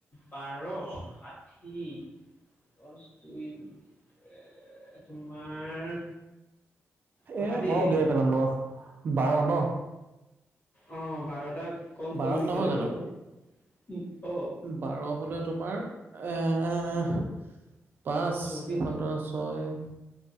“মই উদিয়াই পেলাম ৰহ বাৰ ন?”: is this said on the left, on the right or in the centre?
Right